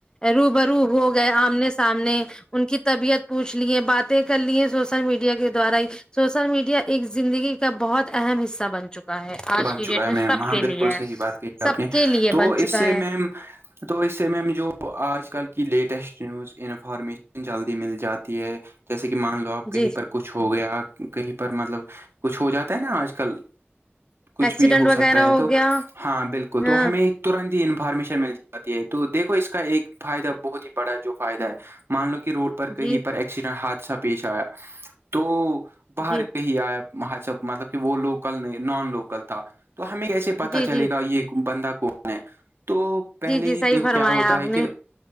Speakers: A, on the left (about 20°); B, on the right (about 70°).
A: رو برو ہو گئے آمنے سامنے ان کی طبیعت پوچھ لی ہے باتیں کر لی ہیں سوشل میڈیا کے دوارا ہی سوسل میڈیا ایک زندگی کا بہت اہم حصہ بن چکا ا ہے آج
B: بن
A: کی
B: چکا
A: ڈیٹ
B: ہے
A: میں
B: میم
A: سب
B: ہاں
A: کے
B: بالکل
A: لیے
B: صحیح بات کہی آپ
A: سب
B: نے
A: کے لیے
B: تو
A: بن چکا
B: اس سے
A: ہے
B: میم تو اس س میںم جو آج کل کی لیٹسٹ نیوز انفارمیشن جلدی مل جاتی ہے جیسے کہ مان لو آپ کہیں
A: جی
B: پر کچھ ہو گیا کہیں پر مطلب کچھ ہو جاتا ہے نا آج کل کچھ
A: ایکسیڈنٹ
B: بھی ہو
A: وغیرہ
B: سکتا ہے تو
A: ہو گیا
B: ہاں بالکل تو
A: ہاں
B: ہمیں ترنت ہی انفارمیشن مل جاتی ہے تو دھو اس کا ایک فائدہ بہت ہی بڑا جو فائدہ ہے مان لو کہ روڈ پر کہیں
A: جی
B: پر ایکسیڈنٹ حادثہ پیش آیا تو باہر
A: جی
B: کہیں آیا اں سب مطلب کہ وہ لوکل نہیں نان لوکل تھا تو ہمیں کیسے پتا
A: جی
B: چلے
A: جی
B: گا یہ بندہ کون ہے تو پہلے
A: جی جی
B: ہی
A: صحیح
B: دیکھو
A: فرمایا
B: کیا ہوتا
A: آپ
B: ہے کہ
A: نے